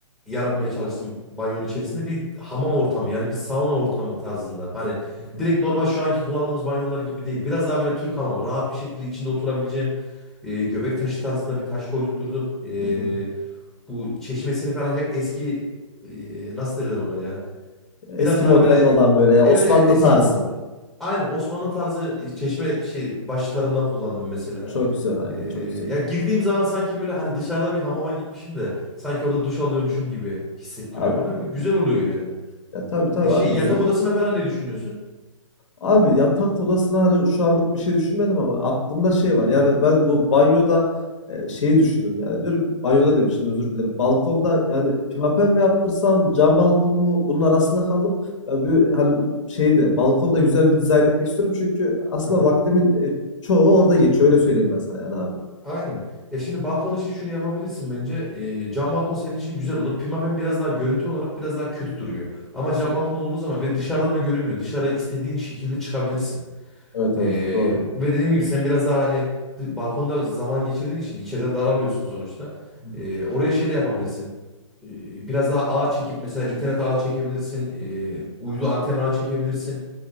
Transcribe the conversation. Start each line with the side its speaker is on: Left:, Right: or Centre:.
Centre: yaratmaya çalıştım banyonun içerisinde bir hamam ortamı yani bir sauna ortamı tarzında. Hani
Left: Hı hı.
Centre: direkt normal şu anki kullandığımız banyolar gibi değil. Biraz daha böyle Türk hamamı rahat bir şekilde içinde oturabileceğim e, göbek taşı tarzında bir taş koydurtturdum. E,
Left: Hı hı.
Centre: bu çeşmesini falan hep eski e, nasıl derler ona ya?
Left: Eski
Centre: Biraz daha
Left: model
Centre: böyle
Left: olan böyle ya
Centre: evet
Left: Osmanlı
Centre: evet eski
Left: tarzı.
Centre: aynen Osmanlı tarzı e, çeşme şey başlıklarından kullandım mesela.
Left: Çok güzel aynen
Centre: E,
Left: çok güzel.
Centre: ya girdiğim zaman sanki böyle hani dışarıda bir hamama gitmişim de sanki orada duş alıyormuşum gibi hissettiriyor
Left: Abi
Centre: bana. Böyle Güzel oluyor yani.
Left: ya tabii tabii
Centre: E, şey
Left: abi güzel.
Centre: yatak odasına falan ne düşünüyorsun?
Left: Abi yatak odasına hani şu anlık bir şey düşünmedim ama aklımda şey var.
Centre: Hı hı.
Left: Yani ben bu banyoda e, şeyi düşündüm yani. Diyorum banyoda demişim özür dilerim. Balkonda yani pimapen mi yaptırsam cam balkon mu bunun arasında kaldım. Ya bir hani şeyde balkonda güzel bir dizayn etmek istiyorum çünkü aslında
Centre: Aha.
Left: vaktimin e, çoğu orada geçiyor öyle söyleyeyim ben sana yani abi.
Centre: Aynen. Ya şimdi balkon için şunu yapabilirsin bence. Ee, cam balkon senin için güzel olur. Pimapen biraz daha görüntü olarak biraz daha kötü duruyor. Ama
Left: Kesin.
Centre: cam balkon olduğu zaman ve dışarıdan da görünmüyor. Dışarı istediğin şekilde çıkabilirsin.
Left: Evet
Centre: Ee,
Left: evet doğru.
Centre: ve dediğim gibi sen biraz daha hani dı- balkonda zaman geçirdiğin için içeride daralıyorsun sonuçta.
Left: Hı hı.
Centre: Ee, oraya şey de yapabilirsin. Ee, biraz daha ağ çekip mesela internet ağı çekebilirsin. Ee, uydu anten ağı çekebilirsin.